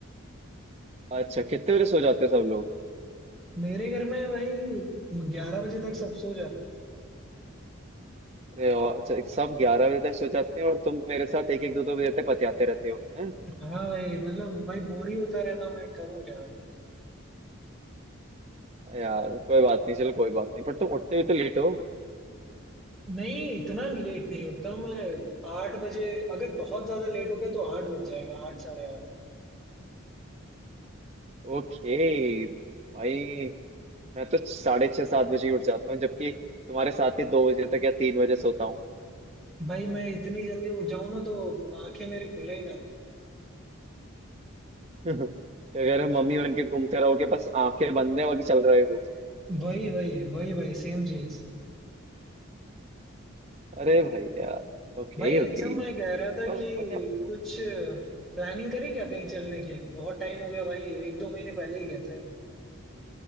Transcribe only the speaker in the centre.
मेरे घर में भाई ग्यारह बजे तक सब सो जाते हैं
हाँ भाई मतलब भाई बोर ही होता रहता हूँ मैं करूँ क्या
नहीं इतना लेट नहीं उठता हूँ मैं आठ बजे अगर बहुत ज्यादा लेट हो गया तो आठ बज जाएगा आठ साढ़े आठ
भाई मैं इतनी जल्दी उठ जाऊं ना तो आंखें मेरी खुले ही ना
वही वही वही भाई सेम चीज
भाई अच्छा
मैं कह रहा था
कि
कुछ प्लानिंग करी क्या कहीं चलने की बहुत टाइम हो गया भाई एक दो महीने पहले ही गए थे